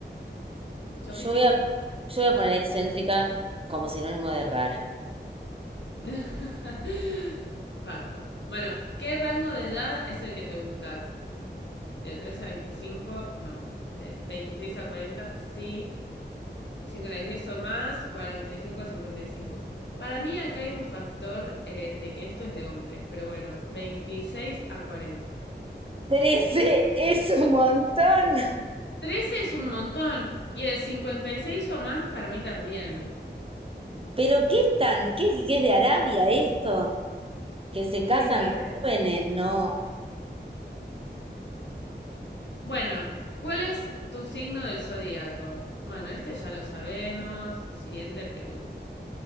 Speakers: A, on the left (about 75°); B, on the right (about 30°).
A: sofisticado.
B: yo voy a, yo voy a poner excéntrica como sinónimo de rara.
A: <laughs> Banco. Bueno, ¿qué rango de edad es el que te gusta? ¿De trece a veinticinco, No. ¿De veintiséis a cuarenta, Sí. cincuenta y seis o más, 45 o cincuenta y cinco Para mí acá hay un factor eh, de que esto es de hombres, pero bueno, veintiséis a cuarenta
B: trece es un montón.
A: trece es un montón y el 56 o más para mí también.
B: Pero ¿qué están? ¿Qué, qué es de Arabia esto? Que se casan
A: Sí, no sé.
B: jóvenes, no.
A: Bueno, ¿cuál es tu signo del zodíaco? Bueno, este ya lo sabemos. Siguiente pregunta.